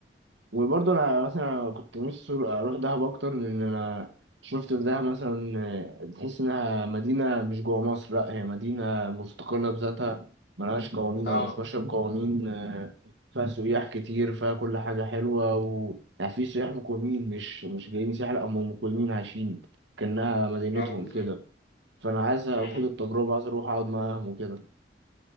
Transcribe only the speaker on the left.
أه
أه بالظبط
أمم